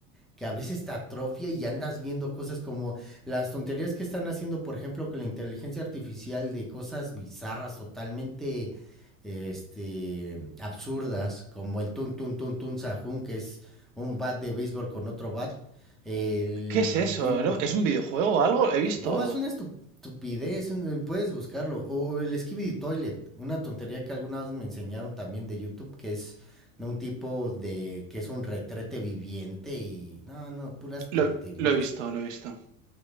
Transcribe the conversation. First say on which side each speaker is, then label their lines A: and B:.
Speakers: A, in the centre; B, on the right (about 65°).
A: que a veces te atrofia y andas viendo cosas como las tonterías que están haciendo, por ejemplo, con la inteligencia artificial de cosas bizarras, totalmente este, absurdas, como el tun tun tun tun sajun, que es un bat de béisbol con otro bat, el
B: ¿Qué es eso?
A: Jim,
B: ¿No? ¿Es un videojuego o algo? He visto.
A: no, es una estu- estupidez, un- puedes buscarlo. O, o el Skibidi Toilet, una tontería que alguna vez me enseñaron también de YouTube, que es de un tipo de que es un retrete viviente y no, no, puras
B: Lo,
A: tonterías.
B: lo he visto, lo he visto.